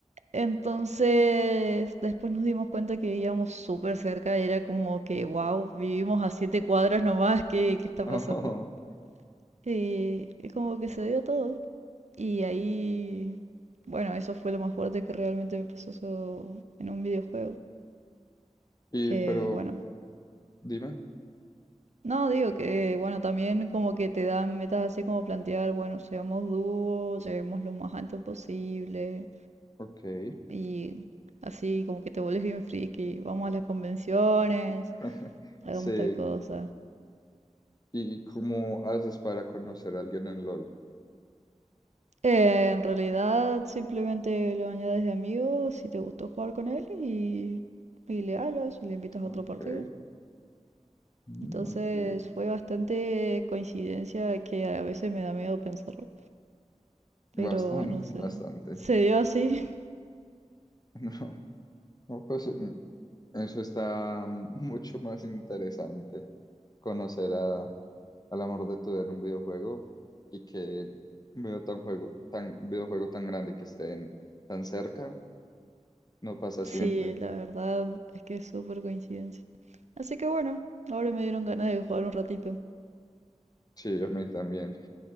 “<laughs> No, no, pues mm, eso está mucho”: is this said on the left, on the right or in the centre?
Left